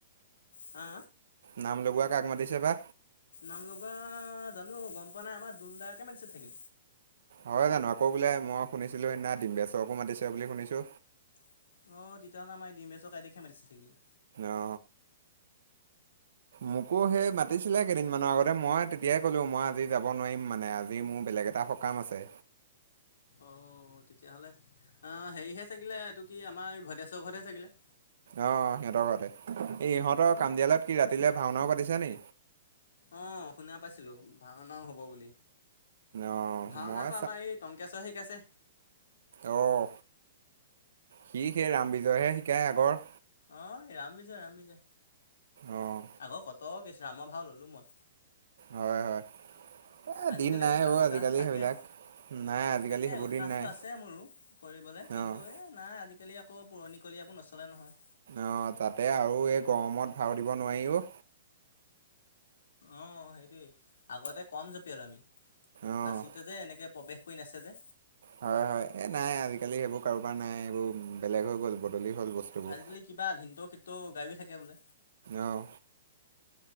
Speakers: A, on the left; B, on the right.
A: হা,
B: নাম লগোৱা কাক মাতিছে বা।
A: নাম লগা। জানো গম পোৱা নাই আমাৰ দুলদাকে মাতিছে চাগে।
B: হয় জানো। আকৌ বোলে মই শুনিছিলো সেইদিনা ডিম্বেচকো মাতিছে বুলি শুনিছো।
A: অ, তেতিয়াহ'লে আমাৰ ডিম্বেশ্বৰ দাইটিক হে মাতিছে চাগে।
B: অ। মোকো সেই মাতিছিলে কেইদিনমানৰ আগতে মই তেতিয়াই ক'লো মই আজি যাব নোৱাৰিম। মানে আজি মোৰ বেলেগ একেটা সকাম আছে।
A: অঁ, তেতিয়াহ'লে হেৰিহে চাগিলে এইটো কি আমাৰ এই ভদেশ্বৰ ঘৰতহে চাগিলে।
B: অ, সিহঁতৰ ঘতে এই ইহঁতৰ কাম দিয়ালত কি ৰাতিলে ভাওনাও পাতিছে নি?
A: অ, শুনা পাইছিলো ভাওনাও হব বুলি।
B: অ'
A: ভাওনা
B: মই
A: আকৌ আমাৰ এই টংকেশ্বৰ হে শিকাইছে।
B: আহ সি সেই ৰাম বিজয়হে শিকায় আগৰ
A: অ, ৰাম-বিজয় ৰাম-বিজয়
B: অ'
A: আগৰ কত কিছ ৰামৰ ভাও ললো মই।
B: হয়, হয় এ
A: আজিকালি
B: দিন নাই
A: উৎসাহ
B: অ
A: উৎসাহটো
B: আজিকালি
A: থাকে
B: সেইবিলাক। নাই আজিকালি
A: তাকে
B: সেইবোৰ
A: উৎসাহটো
B: দিন নাই
A: আছে মোৰো কৰিবলৈ কিন্তু,
B: অ'।
A: এই নাই আজিকালি আকৌ পুৰণিকলীয়াবোৰ নচলে নহয়।
B: অ, তাতে আৰু এই গৰমত ভাও দিব নোৱাৰিও।
A: অ, সেইটোৱেই আগতে কম জপিয়ালো আমি
B: অ'।
A: নাচোতে যে এনেকে প্ৰৱেশ কৰি নাছে যে।
B: হয়, হয় এ নাই আজিকালি সেইবোৰ কাৰোবাৰ নাই সেইবোৰ বেলেগ হৈ গ'ল বদলি। হ'ল বস্তুবোৰ।
A: আজিকালি কিবা ধিনটো খিনটো গায়ো থাকে বোলে।
B: আহ।